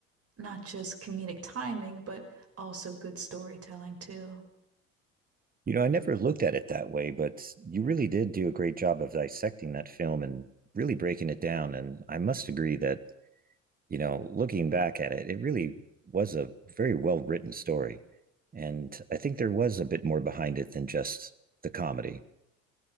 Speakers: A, on the right; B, on the right.
A: not just comedic timing, but also good storytelling too.
B: You know, I never looked at it that way, but you really did do a great job of dissecting that film and really breaking it down. And I must agree that, you know, looking back at it, it really was a very well written story. And I think there was a bit more behind it than just the comedy.